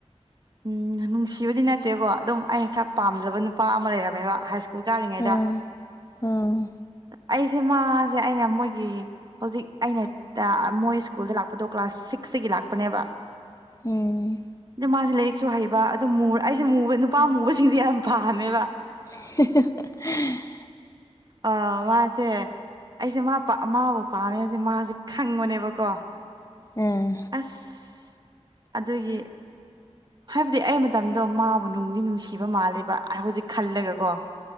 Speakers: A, on the right; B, on the left.
A: ꯎꯝ ꯅꯨꯡꯁꯤꯕꯗꯤ ꯅꯠꯇꯦꯀꯣ ꯑꯗꯨꯝ ꯑꯩꯅ ꯈꯔ ꯄꯥꯝꯖꯕ ꯅꯨꯄꯥ ꯑꯃ ꯂꯩꯔꯝꯃꯦꯕ ꯍꯥꯏꯁ ꯀꯥꯔꯤꯉꯩꯗ
B: ꯑꯥ ꯑꯥ
A: ꯑꯩꯖꯦ ꯃꯥꯖꯦ ꯑꯩꯅ ꯃꯣꯏꯒꯤ ꯍꯧꯖꯤꯛ ꯑꯩꯅ ꯇ ꯃꯣꯏ ꯁ꯭ꯀꯨꯜꯗ ꯂꯥꯛꯄꯗꯣ ꯀ꯭ꯂꯥꯁ ꯁꯤꯛꯁꯇꯒꯤ ꯂꯥꯛꯄꯅꯦꯕ
B: ꯎꯝ
A: ꯃꯥꯖꯦ ꯂꯥꯏꯔꯤꯛꯁꯨ ꯍꯩꯕ ꯑꯗꯨ ꯑꯩꯖꯦ ꯃꯨꯕ ꯅꯨꯄꯥ ꯃꯨꯕꯁꯤꯡꯁꯦ ꯌꯥꯝ ꯄꯥꯝꯃꯦꯕ
B: <unintelligible>
A: ꯑꯥ ꯃꯁꯦ ꯑꯩꯁꯦ ꯃꯥ ꯃꯥꯕꯨ ꯄꯥꯝꯃꯦ ꯍꯥꯏꯕꯁꯦ ꯃꯥꯁꯦ ꯈꯪꯕꯅꯦꯕꯀꯣ
B: ꯑꯥ
A: ꯑꯁ ꯑꯗꯨꯒꯤ ꯍꯥꯏꯕꯗꯤ ꯑꯩ ꯃꯇꯝꯗꯣ ꯃꯥꯕꯨ ꯅꯨꯡꯗꯤ ꯅꯨꯡꯁꯤꯕ ꯃꯥꯜꯂꯦꯕ ꯍꯧꯖꯤꯛ ꯈꯜꯂꯒꯀꯣ <inaudible>